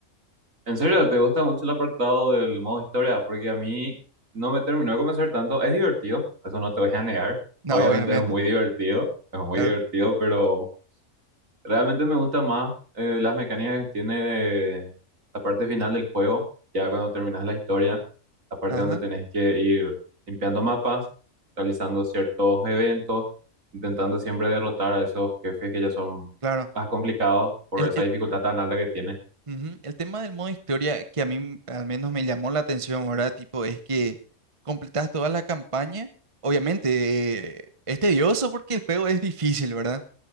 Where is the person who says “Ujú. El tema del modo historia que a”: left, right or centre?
Right